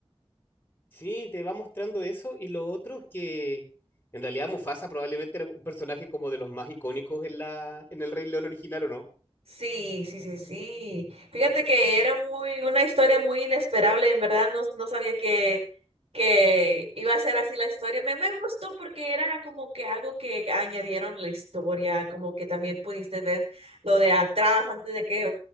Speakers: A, on the left (about 20°); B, on the right (about 75°).
A: Sí, te va mostrando eso y lo otro es que en realidad Mufasa probablemente era un personaje como de los más icónicos en la en el Rey León original, ¿o no?
B: Sí, sí, sí, sí. Fíjate que era muy, una historia muy inesperable, en verdad no, no sabía que, que iba a ser así la historia. Me, me gustó porque era como que algo que añadieron a la historia, como que también pudiste ver lo de atrás antes de que,